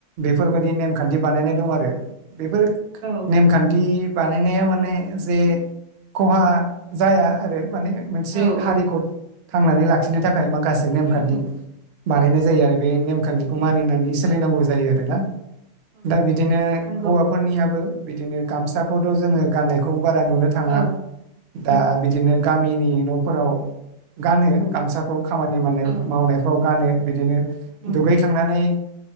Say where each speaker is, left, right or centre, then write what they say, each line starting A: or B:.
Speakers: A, on the right; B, on the right.
A: फोरबायदि नेमखान्थि बानायनाय दं आरो बेफोर
B: औ
A: नेमखान्थि बानायनाया माने जे खहा जाया आरो माने मोनसे
B: औ
A: हारिखौ
B: औ
A: थांनानै लाखिनो थाखाय माखासे नेमखान्थि
B: उम उम
A: बानायनाय जायो आरो बे नेमखान्थिखौ मानिनानै सोलिनांगौ जायो आरो ना
B: औ
A: दा
B: नंगौ
A: बिदिनो
B: नंगौ
A: हौवाफोरनियाबो बिदिनो गामसाखौथ' जोङो गाननायखौ बारा नुनो थाङा
B: औ
A: दा
B: उम
A: बिदिनो गामिनि न'फोराव गानो
B: उम
A: गामसाखौ खामानि मावनाय
B: औ
A: मावनायफ्राव गानो बिदिनो
B: उम
A: दुगै थांनानै